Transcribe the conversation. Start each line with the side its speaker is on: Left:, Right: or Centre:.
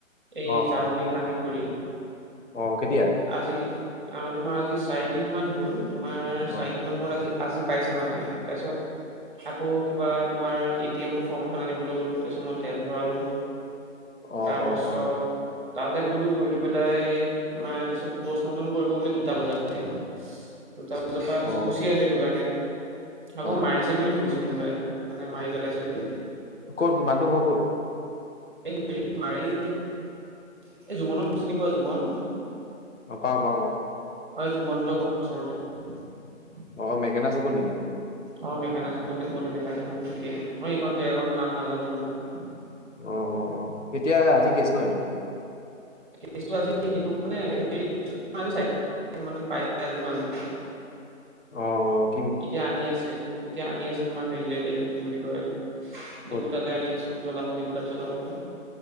Right: এই
Left: অ
Right: জাৰনী
Left: অ
Right: পানীত পৰি।
Left: অ কেতিয়া
Right: আজি অ তোমাৰ আজি চাৰি দিন মান হ'ল। তোমাৰ
Left: অ
Right: চাৰিদিনৰ মূৰত আজি আজি পাইছে মানে তাছত আকৌ কিবা তোমাৰ এ টি এমৰ ফৰ্ম এখন আনিবলৈ গলো তাৰপিছত মই তেল ভৰালো।
Left: অ
Right: তাৰপাছত
Left: অ অ
Right: তালৈ গ'লো গৈলো পেলাই মই তাৰ পিছত পষ্ট মৰ্টম কৰিব বুলি দুটা বজাতে দুটা বজা পাৰ পিছত
Left: অ অ
Right: গুচি আহিলো এইটো কাৰণে। আকৌ
Left: অ
Right: মাৰিছে বুলি শুনিছো কোনোবাই মানে মাৰি পেলাইছে বুলি।
Left: ক'ত মানটো ঘৰ কত?
Right: এই মাৰি এই জুমনক চিনি পোৱা জুমন
Left: অহ, পাওঁ পাওঁ।
Right: হয়, জুমন্তৰ ঘৰৰ ওচৰতে।
Left: অ, মেকেনা চুকত নেকি?
Right: অ মেকেনা চুকত কত এনেকাতে অ, হেৰি। মই এইকন জেগাকণ নাম নাজানো ইমান ভালকৰি।
Left: অ অ অ। এতিয়া, আজি কেছ ন এইটো।
Right: কেছটো আজি, কিন্তু মানে হে মানে হেৰি কেছটো চাৰি মানে পাইছে আজি মানুহজনক।
Left: অ অ।
Right: এতিয়া আনি আছে, এতিয়া আনি আছে তোমাৰ হেৰিলে এই কি বুলি কয়
Left: ক'ত
Right: দিপুতালৈ আনি আছে। জ্বলাব, ডিপুতাত জ্বলাব বুলি।